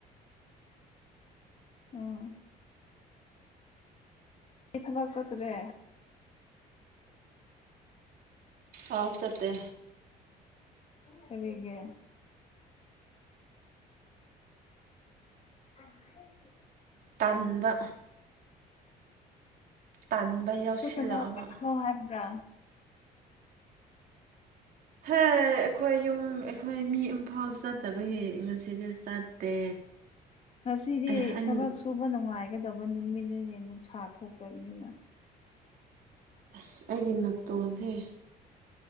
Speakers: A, on the left; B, on the right.
A: ꯎꯝ ꯑꯩ ꯊꯕꯛ ꯆꯠꯇ꯭ꯔꯦ
B: ꯑꯥꯎ ꯆꯠꯇꯦ
A: ꯀꯔꯤꯒꯤ ꯑ ꯍꯥꯏ
B: ꯇꯟꯕ ꯇꯟꯕ ꯌꯥꯎꯁꯤꯜꯂꯛꯑꯕ
A: ꯆꯠꯀꯅꯣ ꯀꯃꯣ ꯍꯥꯏꯕ꯭ꯔꯥ
B: ꯍꯝ ꯍꯦ ꯑꯩꯈꯣꯏ ꯌꯨꯝ ꯑꯩꯈꯣꯏ ꯃꯤ ꯏꯝꯐꯥꯜ ꯆꯠꯇꯕꯒꯤ ꯉꯁꯤꯗꯤ ꯆꯠꯇꯦ
A: ꯉꯁꯤꯗꯤ
B: ꯑꯦ ꯑꯩ
A: ꯊꯕꯛ ꯁꯨꯕ ꯅꯨꯡꯉꯥꯏ ꯍꯥꯏꯒꯗꯕ ꯅꯨꯃꯤꯠꯅꯤꯅꯦ ꯅꯨꯡꯁꯥ ꯊꯣꯛꯇꯕꯅꯤꯅ
B: ꯑꯁ ꯑꯩꯒꯤ ꯅꯥꯇꯣꯟꯁꯦ